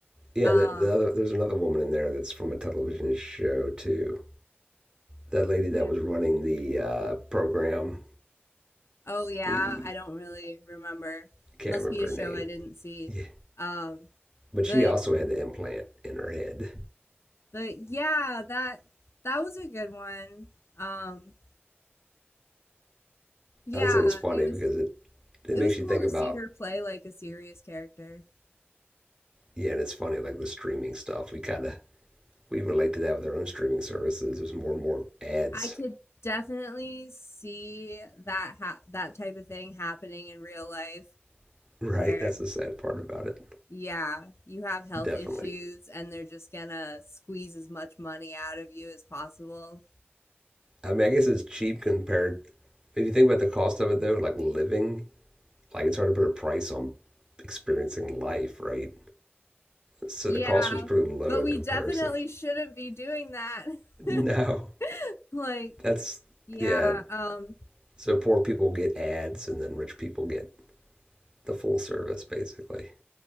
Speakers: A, on the right (about 20°); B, on the left (about 85°).
A: yeah.
B: Um
A: The, the other, there's another woman in there that's from a television show too. That lady that
B: yeah.
A: was running the uh, program,
B: Oh yeah,
A: the
B: I don't really remember.
A: can't
B: Must
A: remember
B: be a
A: her
B: show
A: name.
B: I didn't see.
A: Yeah,
B: Um,
A: but
B: but
A: she also had the implant in her head.
B: but yeah, that that was a good one. Um, yeah,
A: I just think it's funny
B: it was
A: because it it
B: it
A: makes
B: was cool
A: you think
B: to
A: about
B: see her play like a serious character.
A: yeah, and it's funny like the streaming stuff. We kind of we relate to that with our own streaming services. There's more and more ads,
B: I could definitely see that ha that type of thing happening in real life
A: <laughs> right?
B: where
A: That's the sad part about it.
B: yeah, you have health
A: Definitely.
B: issues and they're just gonna squeeze as much money out of you as possible.
A: I mean, I guess it's cheap compared. If you think about the cost of it though, like living, like it's hard to put a price on experiencing life, right? So
B: Yeah,
A: the cost was pretty low
B: but
A: in
B: we
A: comparison.
B: definitely shouldn't be doing that.
A: <laughs>
B: <laughs>
A: No,
B: Like,
A: that's
B: yeah,
A: yeah.
B: um,
A: So poor people get ads, and then rich people get the full service, basically.